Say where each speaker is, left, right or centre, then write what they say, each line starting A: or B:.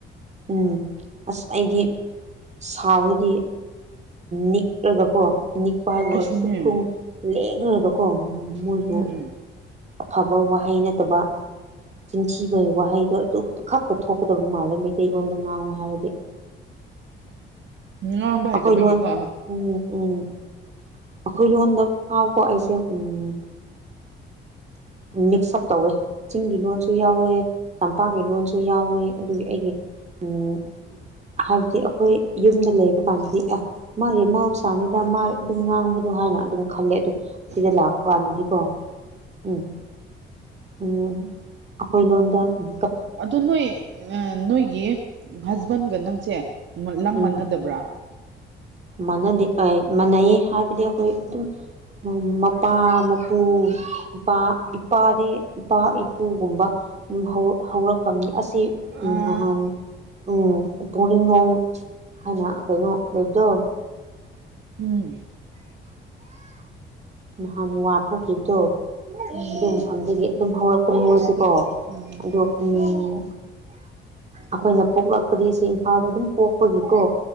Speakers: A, on the right; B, on the right.
A: ꯎꯝ ꯑꯁ ꯑꯩꯗꯤ ꯁꯥꯎꯔꯗꯤ ꯅꯤꯛꯔꯒꯀꯣ ꯅꯤꯛ ꯄꯥꯏꯕ
B: ꯑꯩꯁꯨꯅꯦ
A: ꯈꯨꯠ ꯈꯣꯡ ꯂꯦꯡꯔꯒꯀꯣ ꯃꯣꯏꯕꯨ
B: ꯎꯝ
A: ꯑꯐꯕ ꯋꯥꯍꯩ ꯅꯠꯇꯕ ꯆꯤꯟꯊꯤꯕꯩ ꯋꯥꯍꯩꯗꯣ ꯑꯗꯨ ꯈꯠꯇ ꯈꯛꯇ ꯊꯣꯛꯀꯗꯕ ꯃꯥꯜꯂꯦ ꯃꯩꯇꯩꯂꯣꯟꯗ ꯉꯥꯡꯉꯨ ꯍꯥꯏꯔꯗꯤ
B: ꯉꯥꯡꯕ
A: ꯑꯩꯈꯣꯏ
B: ꯍꯩꯇꯕꯒꯤꯀꯣ
A: ꯂꯣꯟ ꯎꯝ ꯎꯝ ꯑꯈꯣꯏ ꯂꯣꯟꯗ ꯐꯥꯎꯀꯣ ꯑꯩꯁꯦ ꯎꯝ ꯃꯤꯛꯁꯑꯞ ꯇꯧꯋꯦ ꯆꯤꯡꯒꯤ ꯂꯣꯟꯁꯨ ꯌꯥꯎꯋꯦ ꯇꯝꯄꯥꯛꯀꯤ ꯂꯣꯟꯁꯨ ꯌꯥꯎꯋꯦ ꯑꯗꯨꯒꯤ ꯑꯩꯒꯤ ꯎꯝ ꯍꯥꯏꯕꯗꯤ ꯑꯈꯣꯏ ꯌꯨꯝꯗ ꯂꯩꯕ ꯀꯥꯟꯗꯗꯤ ꯑꯦ ꯃꯥꯒꯤ ꯃꯍꯧꯁꯥꯅꯤꯗ ꯃꯥ ꯑꯗꯨꯝ ꯉꯥꯡꯕꯗꯣ ꯍꯥꯏꯅ ꯑꯗꯨꯝ ꯈꯜꯂꯦ ꯑꯗꯨ
B: ꯎꯝ
A: ꯁꯤꯗ ꯂꯥꯛꯄ ꯀꯥꯟꯗꯗꯤ ꯀꯣ ꯎꯝ ꯎꯝ ꯑꯈꯣꯏ ꯂꯣꯟꯗ ꯎꯝ
B: ꯑꯗꯣ ꯅꯣꯏ ꯅꯣꯏꯒꯤ ꯍꯁꯕꯦꯟꯒ ꯅꯪꯁꯦ ꯂꯝ
A: ꯎꯝ
B: ꯃꯥꯟꯅꯗꯕ꯭ꯔꯥ
A: ꯃꯥꯟꯅꯗꯦ ꯑꯩ ꯃꯥꯟꯅꯩꯌꯦ ꯍꯥꯏꯕꯗꯤ ꯑꯩꯈꯣꯏ ꯑꯗꯨꯝ ꯃꯣꯏ ꯃꯄꯥ ꯃꯄꯨ ꯏꯄꯥ ꯏꯄꯥꯗꯤ ꯏꯄꯥ ꯏꯄꯨꯒꯨꯝꯕ ꯑꯗꯨꯝ ꯍꯧ ꯍꯧꯔꯛꯐꯝꯅꯤ ꯑꯁꯤ
B: ꯑ
A: ꯎꯝ ꯅꯍꯥꯟ ꯎꯝ ꯄꯣꯡꯔꯤꯡꯅꯣꯡ ꯍꯥꯏꯅ ꯀꯩꯅꯣ ꯂꯩꯕꯗꯣ
B: ꯎꯝ
A: ꯅꯍꯥꯟ ꯋꯥꯔ ꯊꯣꯛꯈꯤꯕꯗꯣ
B: ꯎꯝ
A: ꯑꯗꯨ ꯃꯐꯝꯗꯒꯤ ꯑꯗꯨꯝ ꯍꯧꯔꯛꯄꯅꯦ ꯃꯣꯏꯁꯨ ꯀꯣ
B: ꯎꯝ
A: ꯑꯗꯣ ꯎꯝ ꯑꯈꯣꯏꯅ ꯄꯣꯛꯂꯛꯄꯗꯤ ꯁꯤ ꯏꯝꯐꯥꯜꯗ ꯑꯗꯨꯝ ꯄꯣꯛꯄꯒꯤ ꯀꯣ